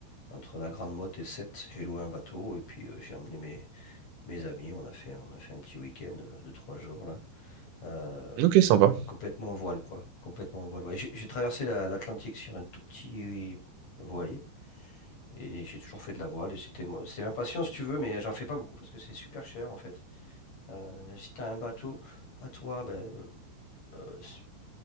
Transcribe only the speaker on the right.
Mhm. Ok,
sympa.